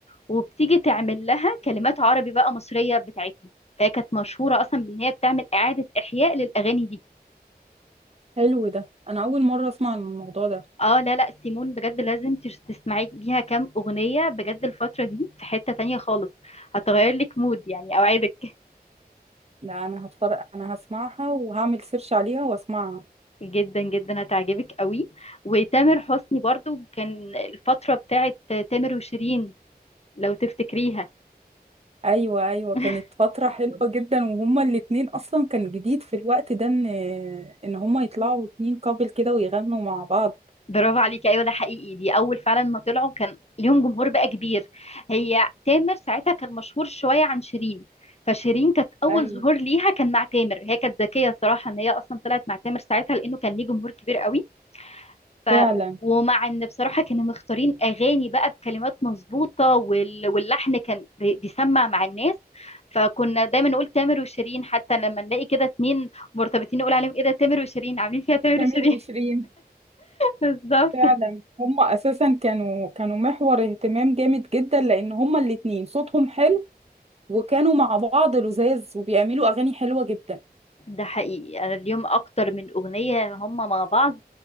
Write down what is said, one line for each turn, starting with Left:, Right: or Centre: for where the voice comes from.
Left: وبتيجي تعمل لها كلمات عربي بقى مصريه بتاعتنا فهي كانت مشهوره اصلا بان هي بتعمل اعاده احياء للاغاني دي
Right: حلو ده انا اول مره اسمع عن الموضوع ده
Left: اه لا لا سيمون بجد لازم تش- تسمعي ليها كام اغنيه بجد الفتره دي في حته تانية خالص هتغير لك مود يعني اوعدك <laughs>
Right: لا انا هتفرج انا هسمعها وهعمل سيرش عليها واسمعها
Left: جدا جدا هتعجبك قوي وتامر حسني برضو كان الفتره بتاعت تامر وشيرين لو تفتكريها
Right: ايوه ايوه
Left: <laughs>
Right: كانت فتره حلوه جدا وهما الاتنين اصلا كان جديد في الوقت ده ان ان هما يطلعوا اتنين كابل كده ويغنوا مع بعض
Left: برافو عليكي ايوه ده حقيقي دي اول فعلا ما طلعوا كان ليهم جمهور بقى كبير هي تامر ساعتها كان مشهور شويه عن شيرين فشيرين كانت اول
Right: ايوه
Left: ظهور ليها كان مع تامر هي كانت ذكيه الصراحه ان هي اصلا طلعت مع تامر ساعتها لانه كان ليه جمهور كبير قوي ف
Right: فعلا
Left: ومع ان بصراحه كانوا مختارين اغاني بقى بكلمات مظبوطه وال... واللحن كان بي- بيسمع مع الناس فكنا دايما نقول تامر وشيرين حتى لما نلاقي كده اتنين مرتبطين نقول عليهم ايه ده تامر وشيرين عاملين فيها تامر
Right: سمير
Left: وشيرين
Right: وشيرين
Left: <laughs> بالظبط
Right: فعلا هما اساسا كانوا كانوا محور اهتمام جامد جدا لان هما الاتنين صوتهم حلو وكانوا مع بعض لذاذ وبيعملوا اغاني حلوه جدا
Left: ده حقيقي انا اليوم اكتر من اغنيه هم مع بعض